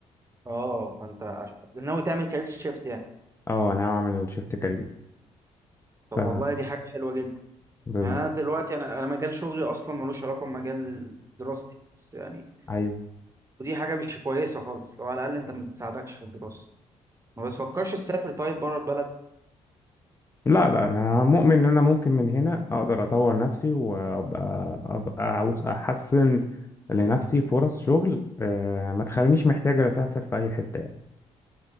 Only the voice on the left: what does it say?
اه انا هعمل شيفت كارير
ف آه.
بالظبط
ايوه
لا لا انا مؤمن ان انا ممكن من هنا اقدر اطور نفسي وابقى أبقى عاوز احسن لنفسي فرص شغل آه، ما تخلينيش محتاج اسافر في اي حته يعني